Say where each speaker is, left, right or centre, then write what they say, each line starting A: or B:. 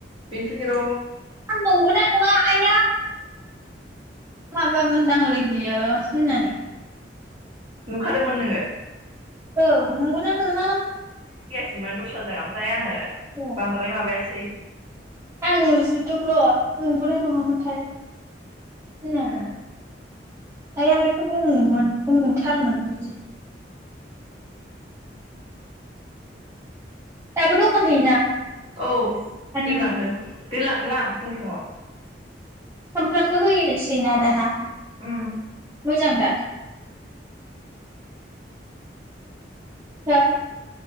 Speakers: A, on the right; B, on the right.
A: बेन्ट गिर'
B: आं नंगौना नङा आइया। माबा मोनदांलै बियो होननानै
A: नुखादोंमोन नोङो?
B: औ नंगौना नङा?
A: सिमोन दस्राजों ओमफ्राय आङो
B: होनदों।
A: बांद्राय माबायासै
B: आं नुजोबदों र' नंगौ ना नङामोनथाय। होननानै
A: ओ
B: आया बेखौ बुंङोमोन बुंथारमोन बिदि दाबो दखान होयो ना
A: औ
B: आनैया?
A: दोनलांदों दोनलाङो आं। फुं फुङाव
B: सामफ्रामबो होयोसिना दाना?
A: ओम।
B: मोजां दा? हो?